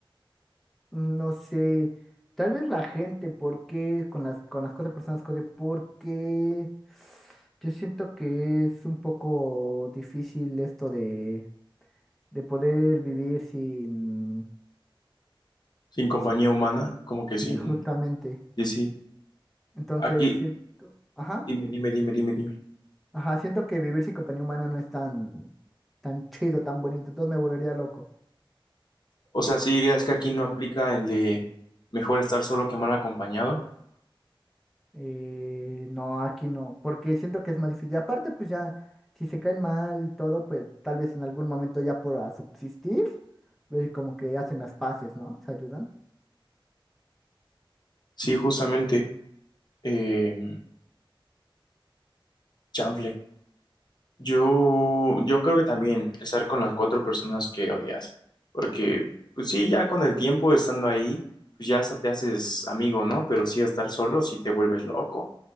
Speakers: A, in the centre; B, on the left (about 50°).
A: No sé, tal vez la gente, porque con las, con las cuatro personas que odio, porque yo siento que es un poco difícil esto de, de poder vivir sin,
B: Sin compañía
A: sin-
B: humana, como que
A: sí,
B: sin...
A: justamente.
B: Sí, sí.
A: Entonces,
B: Aquí,
A: siento, ajá,
B: dime, dime, dime, dime, dime.
A: ajá, siento que vivir sin compañía humana no es tan, tan chido, tan bonito, entonces me volvería loco.
B: O sea, sí dirías que aquí no aplica el de mejor estar solo que mal acompañado.
A: Eh, no, aquí no, porque siento que es más difícil. Y Aparte, pues ya, si se caen mal y todo, pues tal vez en algún momento ya por a subsistir, ves como que hacen las paces, ¿no? Se ayudan.
B: Sí, justamente, eh, chanfle. Yo, yo creo que también estar con las cuatro personas que odias. Porque, pues sí, ya con el tiempo estando ahí, pues ya hasta te haces amigo, ¿no? Pero sí estar solo, sí te vuelves loco.